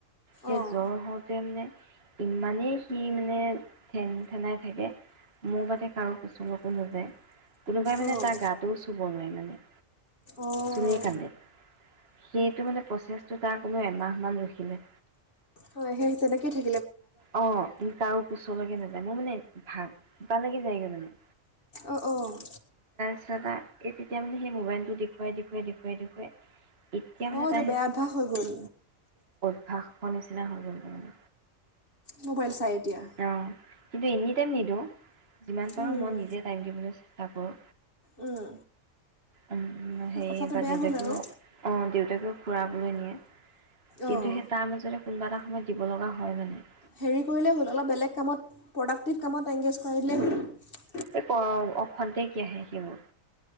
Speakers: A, on the right; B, on the left.
A: সেই
B: অঁ
A: জ্বৰ হওতে মানে ইমানেই সি মানে থেন-থেনাই থাকে, মোৰ বাদে কাৰো কুচলৈকো নাযায়। কোনোবাই মানে
B: অঁ
A: তাৰ গাটোও চুব নোৱাৰে মানে।
B: অঁ
A: চুলেই
B: অঁ
A: কান্দে সেইটো মানে প্ৰচেছটো তাৰ কমেও এমাহ মান লৈ থাকিলে
B: হয় সেই তেনেকে থা
A: অ ই তাৰো। <inaudible> <inaudible> নাযায় মোৰ মানে <unintelligible> লাগো যায়গে মানে।
B: অঁ অঁ <unintelligible>
A: <unintelligible> এই তেতিয়া মানে সেই মোবাইলটো দেখুৱাই দেখুৱাই দেখুৱাই দেখুৱাই। এতিয়া মানে
B: অঁ এইটো
A: তাৰ
B: বেয়া অভ্যাস হৈ গ'ল।
A: ভাত খোৱা নিচিনা হৈ গল মানে।
B: মোবাইল চাইট। এতিয়া।
A: অঁ কিন্তু এনি টাইম নিদিওঁ, যিমান পাৰোঁ
B: উম,
A: মই নিজে টাইম দিবলৈ চেষ্টা কৰোঁ।
B: উম,
A: উম উম।
B: তো
A: সেই
B: কথাটো
A: এইবাৰ
B: বেয়া
A: দেউতাকেও,
B: হ'ল আৰু
A: অঁ দেউতাকেও। ফুৰাবলৈ নিয়ে। কিন্তু
B: অঁ
A: সেই তাৰ মাজৰে। কোনবা এটা সময়ত দিব লগা হয় মানে।
B: হেৰি কৰিলেই হ'ল, অলপ বেলেগ কামত প্ৰডাক্টিভ কামত এংগেজ কৰাই দিলেই হ'ল।
A: এই কৰ অখন্তে কিয়া হে সেইবোৰ।